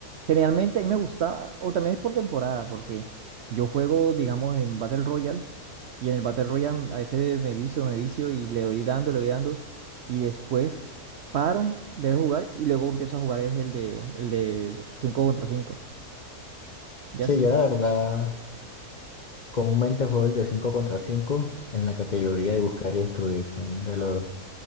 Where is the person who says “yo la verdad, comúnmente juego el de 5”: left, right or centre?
Left